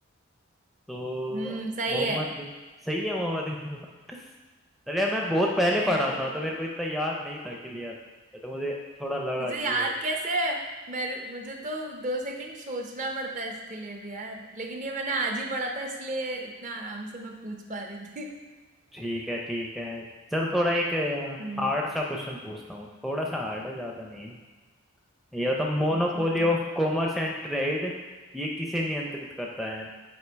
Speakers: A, in the centre; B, on the right.
A: तो
B: हम्म सही
A: मोहम्मद
B: है
A: बिन सही है मोहम्मद बिन तुगलक <laughs> अरे यार मैं बहुत पहले
B: अरे यार
A: पढ़ा था तो मेरे को इतना याद नहीं था क्लियर तो मुझे थोड़ा लगा
B: तुझे
A: कि
B: याद
A: ये हो
B: कैसे है मैं मुझे तो दो सेकंड सोचना पड़ता है इसके लिए भी यार लेकिन ये मैंने आज ही पढ़ा था इसलिए इतना आराम से मैं पूछ पा रही थी
A: ठीक है ठीक है चल थोड़ा एक
B: हम्म
A: हार्ड सा क्वेश्चन पूछता हूँ थोड़ा सा हार्ड है ज्यादा नहीं है ये होता monopoly
B: ठीक है
A: of commerce and trade ये किसे नियंत्रित करता है